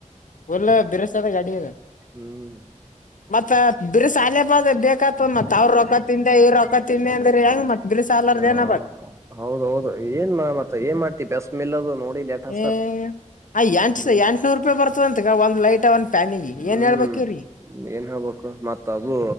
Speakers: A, on the left (about 80°); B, on the right (about 20°).
A: ಇಲ್ಲ ಬಿರ್ಸ ಅದ ಗಾಡಿ ಅದು.
B: ಹ್ಮ್
A: ಮತ್ತತ್ ಆಗ್ಲೇ ಬಾದ ಬೇಕತದ ಮತ್ತತ್ ಅವ್ರ ರೊಕ್ಕ ತಿಿಂದೆ ಇವ್ ರೊಕ್ಕತಿಂದೆ ಅಂದ್ರೆ ಹೆಂಗ ಮತ್ ಬಿರುಸ ಆಲಾರ್ದ
B: ಹ
A: ಏನಬೇಕ
B: ಹೌದ ಹೌದು ಏನ್ ಮತ್ತ ಏನ್ ಮಾಡ್ತಿವಿ ಬಸ್ ಮಿಲ್ಲದು ನೋಡಿ ಲೇಟಸ್
A: ಹಞ
B: ಸರ್
A: ಹ ಆಂ ಎಂಟು
B: ಹ್ಮ್
A: ಸ ಎಂಟುನೂರು ರೂಪಾಯಿ ಬರ್ತದಂತಗ ಒಂದು ಲೈಟ್ ಮತ್ತೆ ಒಂದ್ ಪ್ಯಾನಿಗೆ
B: ಹ್ಮ್
A: ಏನ್ ಹೇಳ್ಬೇಕಿರರಿ.
B: ಏನ್ ಹೇಳ್ಬೇಕು ಮತ್ತ ಅದು